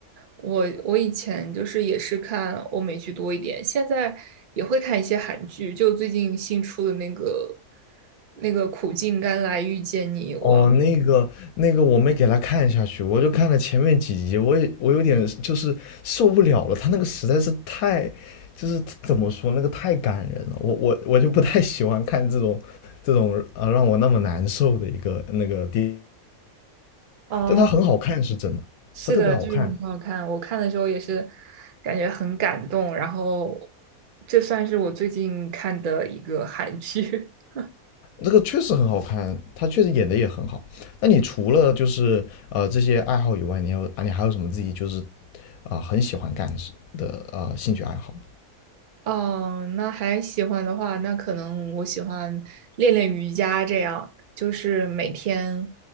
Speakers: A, on the right; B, on the left.
A: 我我以前就是也是看欧美剧多一点，现在也会看一些韩剧，就最近新出的那个那个《苦尽甘来遇见你》，
B: 哦，
A: 我
B: 那个那个我没给他看下去，我就看了前面几集，我也我有点就是受不了了，他那个实在是太，就是怎么说那个太感人了，我我我就不太喜欢看这种这种啊让我那么难受的一个那个电
A: 哦，
B: 但她很好看是真的，
A: 是的，
B: 她特别好看，
A: 就是很好看。我看的时候也是感觉很感动，然后这算是我最近看的一个韩剧。<laughs>
B: 这个确实很好看，她确实演的也很好。那你除了就是呃这些爱好以外，你有啊你还有什么自己就是啊、呃很喜欢干的事的啊、呃兴趣爱好吗？
A: 哦，那还喜欢的话，那可能我喜欢练练瑜伽，这样就是每天